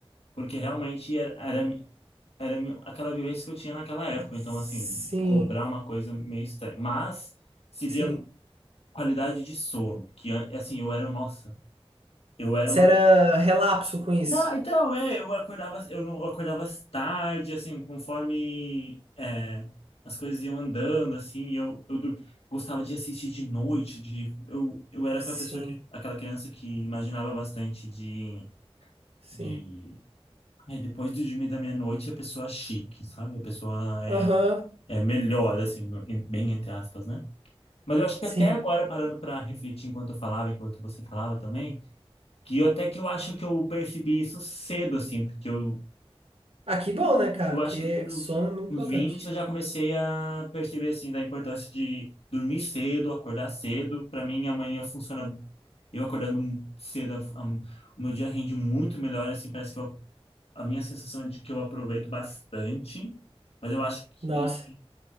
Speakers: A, on the left (about 75°); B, on the right (about 70°).
A: porque realmente era, era, mi- era mi- aquela vivência que eu tinha naquela época,
B: Sim,
A: então assim, cobrar uma coisa meio estranha. Mas seria
B: sim.
A: qualidade de sono, que an- assim, eu era, nossa, eu era
B: Você
A: uma
B: era relapso com isso?
A: Não, então, é, eu acordava, eu não eu acordava às tarde, assim, conforme é, as coisas iam andando, assim, e eu, eu dur- gostava de assistir de noite, de eu, eu era
B: Sim,
A: aquela pessoa que aquela criança que imaginava bastante de
B: sim.
A: de ai, depois de dormir da meia-noite, a pessoa é chique, sabe? A pessoa é,
B: Aham,
A: é melhor, assim, no- em- bem entre aspas, né? Mas eu acho que
B: sim.
A: até agora, parando para refletir enquanto eu falava, enquanto você falava também, Que eu, até que eu acho que eu percebi isso cedo, assim, porque eu,
B: Ah, que bom, né, cara?
A: eu
B: Porque
A: acho que com uns
B: sono é muito importante.
A: uns 20 eu já comecei a perceber, assim, da importância de dormir cedo, acordar cedo. Para mim, amanhã funciona. Eu acordando cedo, a- o meu dia rende muito melhor, assim, parece que eu, a minha sensação é de que eu aproveito bastante, mas eu acho que
B: Nossa,